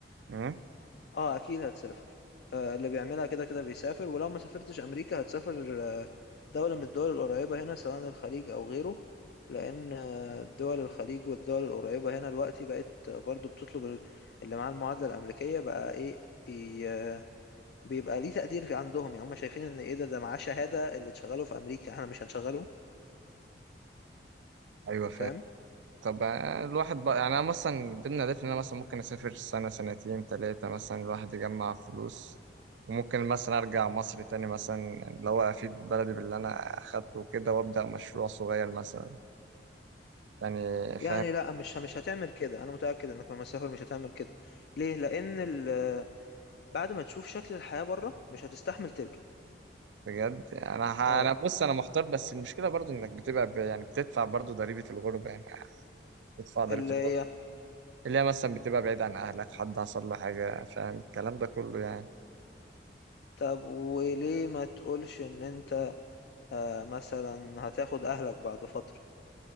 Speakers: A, on the right; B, on the left.
A: امم
B: اه أكيد هتسافر آه اللي بيعملها كده كده بيسافر ولو ما سافرتش أمريكا هتسافر آه، دولة من الدول القريبة هنا سواء الخليج أو غيره لأن آه، دول الخليج والدول القريبة هنا دلوقتي بقت آه، برضو بتطلب ال- اللي معاه المعادلة الأمريكية بقى إيه بي آه، بيبقى ليه تقدير عندهم يعني هم شايفين إن إيه ده ده معاه شهادة اللي تشغله في أمريكا إحنا مش هنشغله
A: ايوه فاهم
B: فاهم
A: طب آه، الواحد بقى يعني انا مثلا ضمن اهدافي ان انا مثلا ممكن اسافر سنه سنتين ثلاثه مثلا الواحد يجمع فلوس وممكن مثلا ارجع مصر تاني مثلا يعني اللي هو افيد بلدي باللي انا اخدته وكده وابدا مشروع صغير مثلا يعني فاهم
B: يعني لا مش مش هتعمل كده انا متاكد انك لما تسافر مش هتعمل كده ليه لان ال- بعد ما تشوف شكل الحياه بره مش هتستحمل ترجع
A: بجد انا ه-
B: اه
A: انا بص انا محتار بس المشكله برضو انك بتبقى ب... يعني بتدفع برضو ضريبه الغربه يعني بتدفع ضريبه
B: اللي هي
A: الغربه اللي هي مثلا بتبقى بعيد عن اهلك حد حصل له حاجه فاهم الكلام ده كله يعني
B: طب وليه ما تقولش ان انت آه مثلا هتاخد اهلك بعد فتره